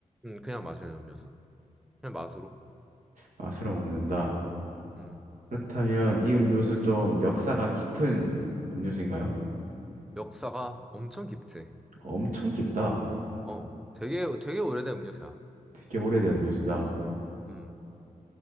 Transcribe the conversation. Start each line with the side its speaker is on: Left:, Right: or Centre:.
Centre: 음 그냥 마시는 음료수. 그냥 맛으로.
Right: 아, 술을 먹는다.
Centre: 음.
Right: 그렇다면 이 음료수 좀 역사가 깊은 음료수인가요?
Centre: 역사가 엄청 깊지.
Right: 엄청 깊다.
Centre: 어. 되게 되게 오래된 음료수야.
Right: 되게 오래된 음료수다.
Centre: 음.